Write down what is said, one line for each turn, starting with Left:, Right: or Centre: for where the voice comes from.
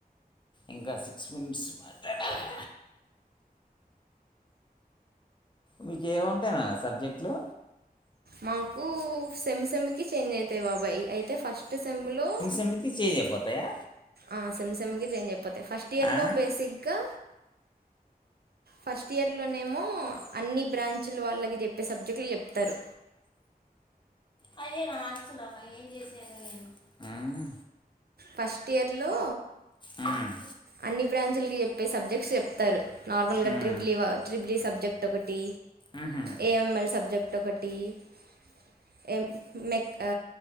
Left: ఇంకా సిక్స్ మినిట్స్ మాట్లాడాలి మీకు ఏం ఉంటాయి నన్న సబ్జెక్టులు
Right: మాకు సెమ్ సెమ్కి చేంజ్ అయితాయి బాబాయ్ అయి ఫస్ట్ సేమ్ లో
Left: సెమ్కి చేంజ్ అయిపోతాయా
Right: ఆ సేమ్ సేమ్ కి చేంజ్ అయిపోతే ఫస్ట్ ఇయర్
Left: ఆ?
Right: లో బేసిక్ గా <unintelligible> ఇట్టిలోనేఏమో అన్ని బ్రాంచులు వాళ్ళకి చెప్పే సబ్జెక్టులు చెప్తారు
Left: అదేన <unintelligible> ఏం చేసేదో ఏమో
Right: ఫస్ట్ ఇయర్ లో
Left: మ్మ్.
Right: అన్ని బ్రాంచులకి చెప్ ప్పే సబ్జెక్ట్స్ చెప్తారు. నార్మల్ గా
Left: మ్మ్.
Right: ట్రిబలి ట్రిబలీ సబ్ సబ్జెక్టు ఒకటి
Left: మ్మ్.
Right: ఏ ఎం ఎల్ సబ్జెక్ట్ ఒకటి టొకటి ఎ మెక్ ఆ